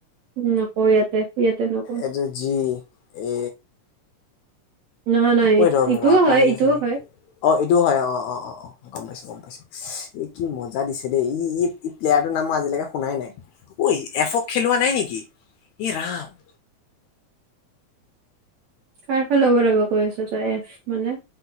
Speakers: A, on the right (about 75°); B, on the left (about 75°).
A: নকওঁ ইয়াতে ইয়াতে নকওঁ
B: এইটো জি এ
A: নহয় নহয়
B: ঐ
A: ইট-
B: ৰ ৰ
A: ইটোও
B: ৰ আকৌ
A: হয়
B: আহি
A: ইটোও
B: আছে যে,
A: হয়
B: অ এইটো হয় অ অ অ অ গম পাইছো গম পাইছো। ইচ এ কি মজা দিছে দেই ই ই প্লেয়াৰটোৰ নাম আজিলৈকে মই শুনাই নাই। ঐ এফক খেলোৱা নাই নেকি ই ৰাম!
A: কাৰফালে ৰ'ব ৰ'ব কৈ আছ তই এফ মানে?